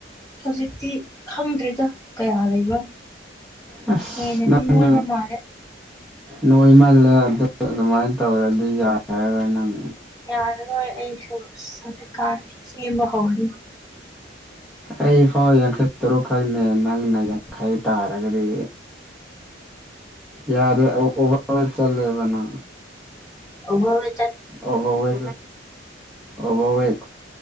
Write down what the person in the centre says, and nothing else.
ꯑꯁ
ꯅꯪꯗꯣ
ꯅꯣꯏꯃꯜꯂꯦ ꯑꯗꯨ ꯑꯗꯨꯃꯥꯏꯅ ꯇꯧꯔꯗꯤ ꯌꯥꯏ ꯍꯥꯏꯔꯣꯏ ꯅꯪ
ꯑꯩ ꯐꯥꯎ ꯌꯥꯡꯈꯩ ꯇꯔꯨꯛꯈꯛꯅꯦ ꯅꯪꯅ ꯌꯥꯡꯈꯩ ꯇꯥꯔꯒꯗꯤ ꯌꯥꯔꯦ ꯑꯣꯚꯔ ꯆꯠꯂꯦꯕꯅ
ꯑꯣꯕꯋ ꯑꯣꯕꯋꯦ